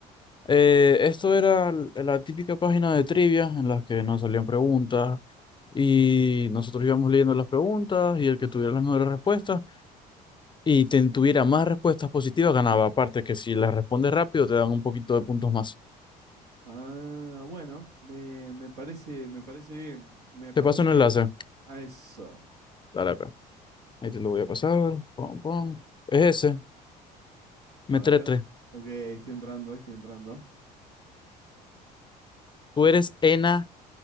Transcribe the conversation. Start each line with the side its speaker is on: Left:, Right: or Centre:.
Left: Eh, esto era l- la típica página de trivia en la que nos salían preguntas y nosotros íbamos leyendo las preguntas y el que tuviera las mejores respuestas y ten- tuviera más respuestas positivas ganaba. Aparte que si las respondes rápido te dan un poquito de puntos más.
Right: Ah, bueno, me, me parece, me parece bien. ¿Me pasás
Left: Te paso un
Right: ahí
Left: enlace.
Right: a eso?
Left: Dale, pe. Ahí te lo voy a pasar. Pum, pum. Es ese.
Right: A
Left: Metre
Right: ver.
Left: 3.
Right: Ok, estoy entrando, estoy entrando.
Left: Tú eres ENA